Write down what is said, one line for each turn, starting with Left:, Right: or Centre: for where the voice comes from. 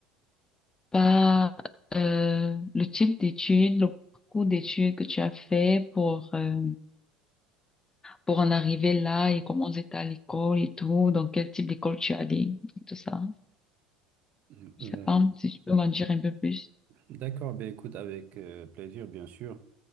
Left: pas euh, le type d'études, le parcours d'études que tu as fait pour, euh, pour en arriver là et comment c'était à l'école et tout, dans quel type d'école tu es allé et tout ça.
Right: ouais.
Left: Je
Right: Euh,
Left: sais pas si tu peux m'en dire un peu plus.
Right: d'accord, ben écoute, avec euh, plaisir, bien sûr.